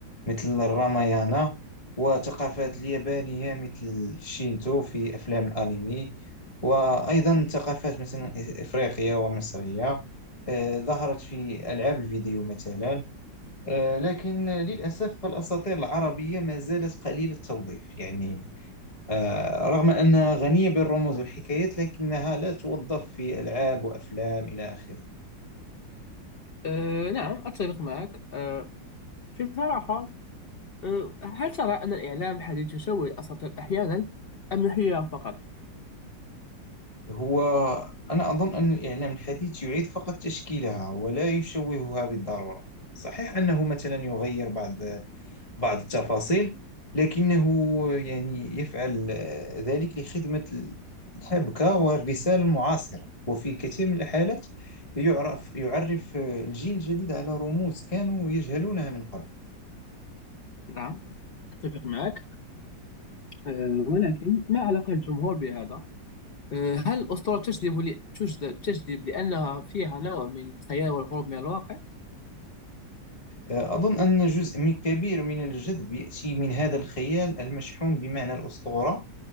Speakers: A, on the left (about 20°); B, on the left (about 60°).
A: مثل الرامايانا وثقافات اليابانية مثل الشينتو في أفلام الأنمي وأيضا
B: نعم.
A: ثقافات مثلا إفريقية ومصرية آه، ظهرت في ألعاب الفيديو مثلا آه، لكن للأسف الأساطير العربية ما زالت قليلة التوظيف يعني آه، رغم أنها غنية بالرموز والحكايات لكنها لا توظف في ألعاب وأفلام إلى آخره
B: أه نعم أتفق معك آه، في صراحة أه، هل ترى أن الإعلام الحديث يشوه الأساطير أحيانا أم هي فقط؟
A: هو أنا أظن أن الإعلام الحديث يعيد فقط تشكيلها ولا يشوهها بالضرورة صحيح أنه مثلا يغير بعض بعض التفاصيل لكنه يعني يفعل آه، ذلك لخدمة الحبكة والرسالة المعاصرة وفي كثير من الحالات يعرف يعرف آه، الجيل الجديد على رموز كانوا يجهلونها من قبل
B: نعم أتفق معك أه، ولكن ما علاقة الجمهور بهذا؟ أه، هل الأسطورة تجذب ل- تجذب تجذب لأنها فيها نوع من الخيال والهروب من الواقع؟
A: آه، أظن أن جزء من- كبير من الجذب يأتي من هذا الخيال المشحون بمعنى الأسطورة